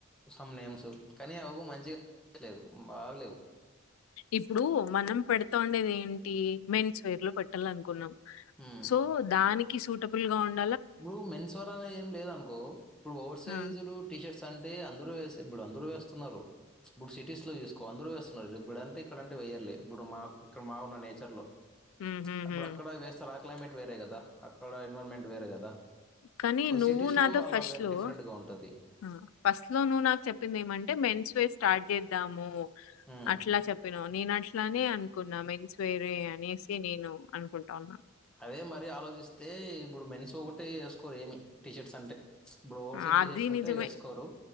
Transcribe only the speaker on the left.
ఇప్పుడు మనం పెడతా ఉండేది ఏంటి మెన్స్ వేర్ లో పెట్టాల అనుకున్నాం
సో దానికి సూటబుల్ గా ఉండ
ఆ
హ్మ్
హ్మ్
హ్మ్
కానీ
నువ్వు
నాతో
ఫస్ట్
లో
ఆ ఫస్ట్ లో నువ్వు నాకు చెప్పింది ఏమంటే మెన్స్ వేర్ స్టార్ట్ చేద్దాము
అట్లా చెప్పినావ్ నేను అట్లనే అనుకున్నా మెన్స్ వేర్ ఏ అనేసి నేను అనుకుంటా ఉన్నా.
ఆ,
అది
నిజమే